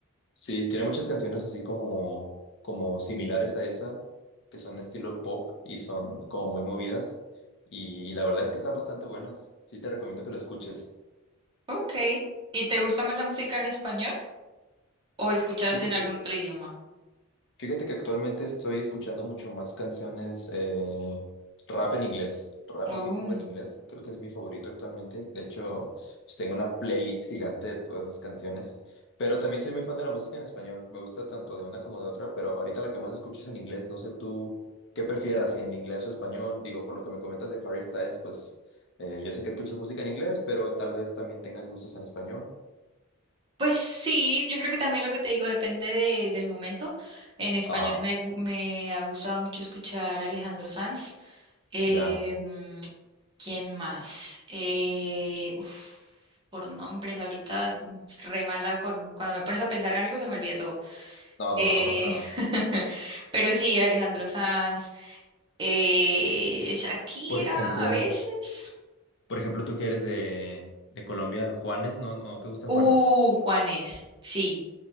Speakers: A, on the left; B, on the right.
A: sí, tiene muchas canciones así como, como similares a esa, que son estilo pop y son como muy movidas. Y, la verdad es que están bastante buenas. Sí, te recomiendo que lo escuches.
B: Ok. ¿Y te gusta más la música en español o escuchas
A: Fíjate
B: en algún otro idioma?
A: Fíjate que actualmente estoy escuchando mucho más canciones eh, rap en inglés, rap
B: Oh.
A: y hip hop en inglés, creo que es mi favorito actualmente, de hecho pues, tengo una playlist gigante de todas esas canciones, pero también soy muy fan de la música en español, me gusta tanto de una como de otra, pero ahorita la que más escucho es en inglés, no sé tú qué prefieras, si en inglés o español, digo, por lo que me comentas de Harry Styles, pues eh, yo sé que escuchas música en inglés, pero tal vez también tengas gustos en español.
B: Pues sí, yo creo que también lo que te digo depende de- del momento. En español
A: Ajá,
B: me, gu- me ha gustado mucho escuchar a Alejandro Sanz. Eh,
A: ya.
B: mm, ¿quién más? Eh, uf, por nombres, ahorita mm, re mala con, cuando me pones a pensar en algo se me olvida todo.
A: No,
B: Eh,
A: no, no, no pasa nada.
B: <laughs> pero sí, Alejandro Sanz, eh, Shakira
A: Por ejemplo.
B: a veces.
A: Por ejemplo, tú que eres de, de Colombia, Juanes, ¿no? ¿No te gusta
B: Uh,
A: Juanes?
B: Juanes. Sí,